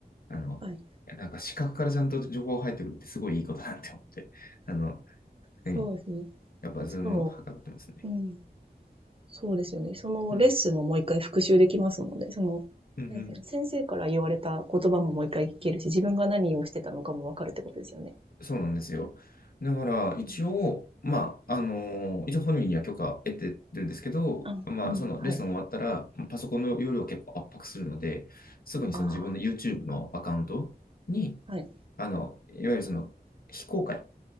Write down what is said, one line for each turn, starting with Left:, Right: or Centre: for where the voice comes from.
Left: あの、
Right: はい。
Left: なんか視覚からちゃんと情報入ってくるってすごいいいことだなって思って、あの、は
Right: そうですね。
Left: やっぱズームはかってますね。
Right: しかも、うん。そうですよね。そのレッスンももう一回復習できますもんね。
Left: うん。
Right: その、
Left: うんうん
Right: 何ですかね先生から言われた言葉ももう一回聞けるし、自分が何をしてたのかもわかるってことですよね。
Left: そうなんですよ。だから、一応、
Right: うん
Left: まあ、あのー一応本人には許可得てるんですけど、
Right: あ、
Left: まあ、
Right: うん、
Left: そのレッスン終わったら、
Right: はい。
Left: まあパソコンの容量を結構圧迫するので、すぐにその自分の
Right: あ
Left: YouTube のアカウントに、
Right: あ、はい、
Left: あの、いわゆるその非公開